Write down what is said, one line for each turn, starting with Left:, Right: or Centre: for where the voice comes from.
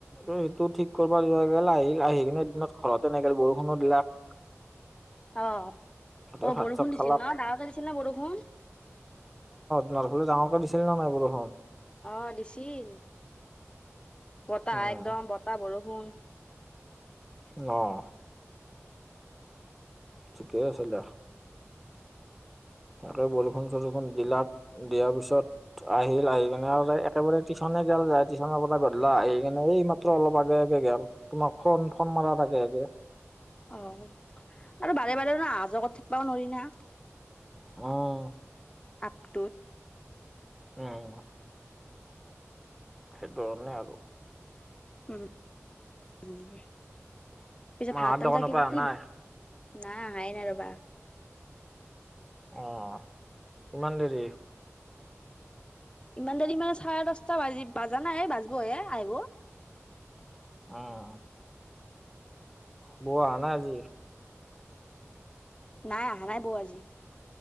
Centre: সেইটো ঠিক কৰিব যোৱা গেল আহিল আহি কিনে দিনত ঘৰতে নেগেল বৰষুণো দিলাক।
Left: অ',
Centre: তাতে
Left: অ',
Centre: ভাত
Left: বৰষুণ
Centre: চাত
Left: দিছিল
Centre: খালাক
Left: না ডাঙৰ কে দিছিল নে বৰষুণ?
Centre: তোমাৰ ফালে ডাঙৰকৈ দিছিল নাই বৰষুণ?
Left: অ', দিছিল, বতাহ
Centre: উম
Left: একদম বতাহ বৰষুণ <inaudible>
Centre: অ'। ঠিকে আছে দিয়া। তাকে বৰষুণ চৰষুণ দিলাক দিয়াৰ পিছত আহিল আহি কেনে আৰু একেবাৰে টিউচন গেল যায় টিউচনৰ পৰা গধূলা আহি কেনে এই মাত্ৰ অলপ আগে আগে গেল। তোমাক ফোন ফোন মাৰাৰ আগে আগে।
Left: অ', আৰু বাৰে বাৰে অহা যোৱা কৰি থাকবাও নোৱৰি না।
Centre: অ'।
Left: আপটোত।
Centre: উম। সেইটো কাৰণে আৰু।
Left: উম, পিছত
Centre: মাহত
Left: ভাত আঞ্জা
Centre: দোকানৰ
Left: কি
Centre: পৰা অহা
Left: কি
Centre: নাই
Left: নাই আহাই নাই ৰ'বা।
Centre: অ', ইমান দেৰি?
Left: ইমান দেৰি মানে চাৰে দহটা বাজি বাজা নাই বাজিবহে আহিব।
Centre: উম। বৌ অহা নাই আজি?
Left: নাই অহা নাই বৌ আজি